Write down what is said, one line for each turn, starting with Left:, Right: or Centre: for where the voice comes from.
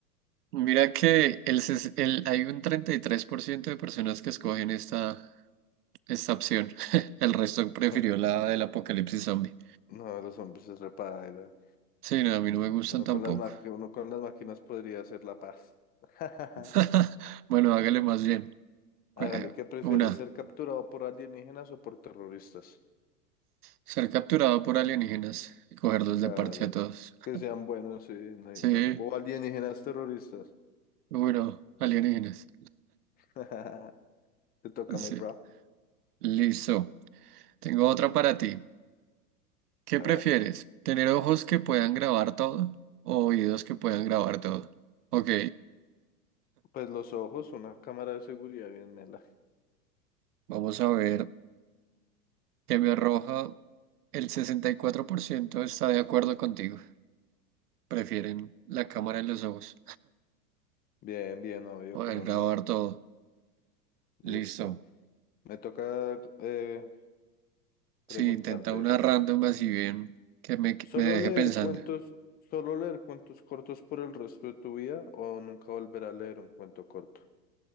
Right: Mira que el, ses- el- hay un 33% de personas que escogen esta, esta opción. <laughs> El resto prefirió
Left: <laughs>
Right: la del apocalipsis zombie.
Left: No, los hombres es repaida.
Right: Sí, no, a mí no me gustan
Left: Uno
Right: tampoco.
Left: con las maqui- uno con las máquinas podría hacer la paz. <laughs>
Right: <laughs> Bueno, hágale más bien. Cu-
Left: Hágale,
Right: eh,
Left: ¿qué prefiere?
Right: Una,
Left: ¿Ser capturado por alienígenas o por terroristas?
Right: ser capturado por alienígenas y cogerlos
Left: Claro.
Right: de parche a todos.
Left: Que
Right: <laughs>
Left: sean buenos, sí. no hay-
Right: Sí,
Left: no- O alienígenas terroristas.
Right: bueno, alienígenas.
Left: <laughs> Te toca,
Right: Sí,
Left: my bro.
Right: listo. Tengo otra para ti. ¿Qué
Left: A
Right: prefieres?
Left: ver.
Right: ¿Tener ojos que puedan grabar todo o oídos que puedan grabar todo? Ok.
Left: Pues los ojos, una cámara de seguridad bien mela.
Right: Vamos a ver que me arroja el 64% está de acuerdo contigo. Prefieren la cámara en los ojos.
Left: Bien, bien, obvio,
Right: Poder
Left: cómo
Right: grabar
Left: no.
Right: todo.
Left: Listo.
Right: Listo.
Left: Me toca eh, preguntarte,
Right: Sí, intenta una
Left: Randy.
Right: random así bien que me,
Left: ¿Solo
Right: me deje
Left: leer
Right: pensando.
Left: cuentos, solo leer cuentos cortos por el resto de tu vida o nunca volver a leer un cuento corto?